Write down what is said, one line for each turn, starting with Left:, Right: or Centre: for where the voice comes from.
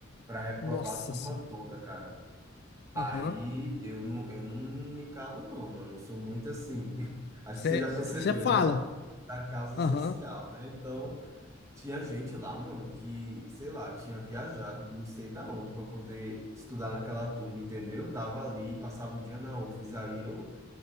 Right: para reprovar
Left: Nossa
Right: a turma
Left: senhora.
Right: toda, cara. Aí
Left: Aham.
Right: eu não, eu não me calo não, mano, eu sou muito assim, <laughs> acho
Left: Você
Right: que você já percebeu,
Left: fala.
Right: né? Da causa
Left: Aham.
Right: social, né? Então... Tinha gente lá, mano, que, sei lá, tinha viajado de não sei da onde para poder estudar naquela turma, entendeu? Tava ali, passava o dia na UFES, aí eu